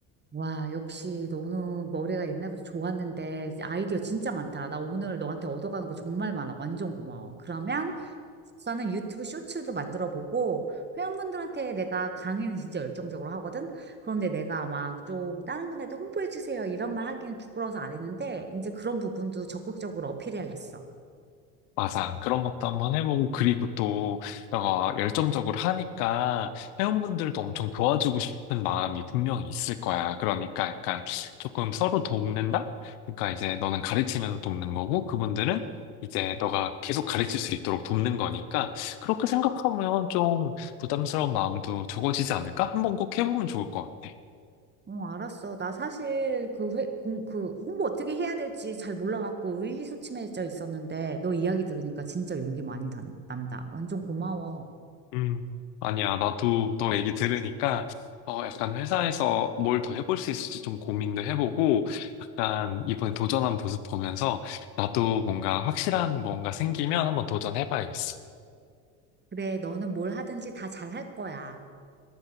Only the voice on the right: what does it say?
와, 역시 너는 머리가 옛날부터 좋았는데 아이디어 진짜 많다. 나 오늘 너한테 얻어가는 거 정말 많아. 완전 고마워. 그러면 나는 유튜브 쇼츠도 만들어 보고 회원분들한테 내가 강의는 진짜 열정적으로 하거든. 그런데 내가 막 좀 다른 분한테 홍보해 주세요 이런 말 하기는 부끄러워서 안 했는데 이제 그런 부분도 적극적으로 어필해야겠어.
어, 알았어. 나 사실 그 회, 공, 그 홍보 어떻게 해야 될지 잘 몰라갖고 의기소침해져 있었는데 너 이야기 들으니까 진짜 용기 많이 단, 난다. 완전 고마워.
그래, 너는 뭘 하든지 다 잘할 거야.